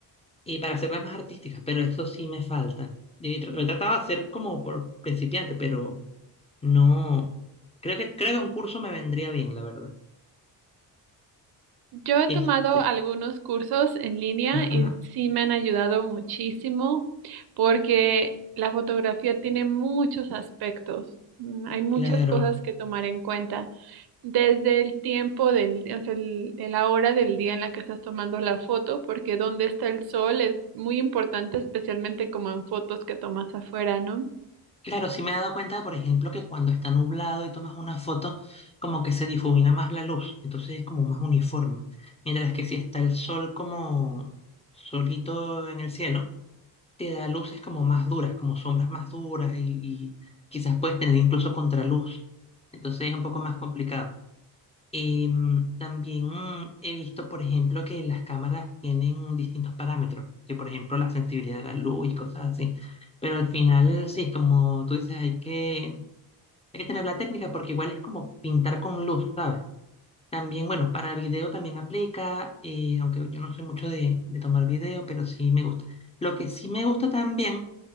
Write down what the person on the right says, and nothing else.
Yo he tomado
algunos cursos en línea
y sí me han ayudado muchísimo porque la fotografía tiene muchos aspectos. Mm, Hay muchas
cosas que tomar en cuenta, desde el tiempo del, día, o sea, el, el la hora del día en la que estás tomando la foto, porque dónde está el sol es muy importante, especialmente como en fotos que tomas afuera, ¿no?